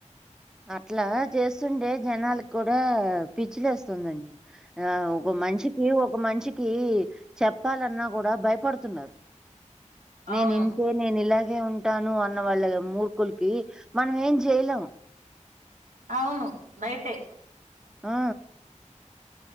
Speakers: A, in the centre; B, on the right.
A: అట్లా చేస్తుండే జనాలకి కూడా పిచ్చి లేస్తుంది అండి ఆ ఒక మనిషికి ఒక మనిషి కి చెప్పాలన్నా కూడా భయపడుతున్నారు నేను
B: అవును
A: ఇంతే నేను ఇలా అగే ఉంటాను అన్న వాళ్ళ మూర్ఖులకి మనం ఏం చేయలేం
B: అవును బయటే
A: ఆ